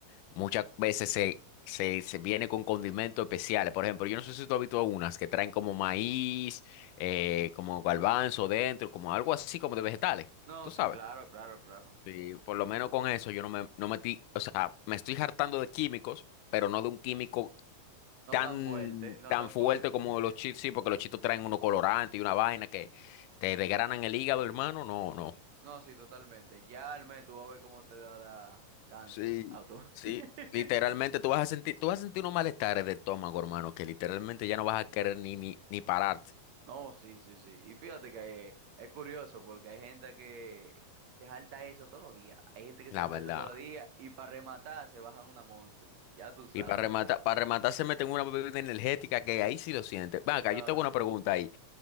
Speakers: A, on the left (about 80°); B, on the right (about 70°).
A: muchas veces se, se, se viene con condimentos especiales. Por ejemplo, yo no sé si tú has visto unas que traen como maíz, eh, como garbanzo dentro, como algo así como de vegetales.
B: No,
A: ¿Tú
B: sí,
A: sabes?
B: claro, claro, claro.
A: Sí, por lo menos con eso yo no me no metí, o sea, me estoy hartando de químicos, pero no de un químico
B: No
A: tan,
B: tan fuerte, no
A: tan
B: tan
A: fuerte
B: fuerte.
A: como
B: <laughs>
A: los chips, sí, porque los chitos traen uno colorante y una vaina que te desgranan el hígado, hermano. No, no.
B: No, sí, totalmente. Ya el mes tú vas a ver cómo te da la cáncer
A: Sí,
B: auto.
A: sí.
B: <laughs>
A: Literalmente tú vas a sentir, tú vas a sentir unos malestares de estómago, hermano, que literalmente ya no vas a querer ni, ni, ni pararte,
B: No, sí, sí, sí. Y fíjate que es curioso porque hay gente que se salta eso todos los días. Hay gente que
A: la
B: se salta
A: verdad.
B: eso todos los días y para rematar se bajan una Monster. Ya tú sabes.
A: Y para rematar, para rematar se meten una bebida energética que ahí sí lo sientes. Venga,
B: No,
A: yo tengo
B: sí.
A: una pregunta ahí.